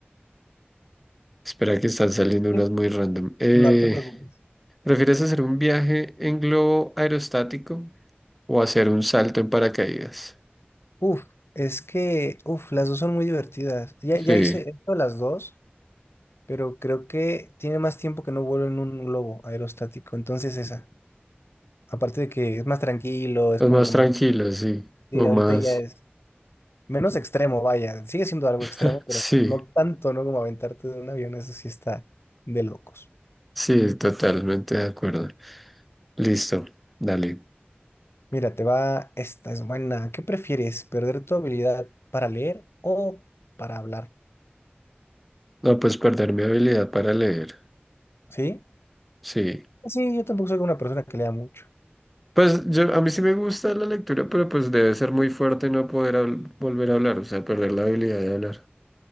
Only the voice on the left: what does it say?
Sí.
No te preocupes.
Uf, es que, uf, las dos son muy divertidas. Ya, ya
hice he hecho las dos, pero creo que tiene más tiempo que no vuelo en un globo aerostático, entonces esa. Aparte de que es más tranquilo, es
como
que
más...
Sí,
ahorita
ya es... Menos extremo, vaya. Sigue siendo algo extremo,
pero
no tanto, ¿no? Como aventarte de un avión, eso sí está de locos.
Mira, te va, esta es buena. ¿Qué prefieres? ¿Perder tu habilidad para leer o para hablar?
¿Sí?
Sí, yo tampoco soy una persona que lea mucho.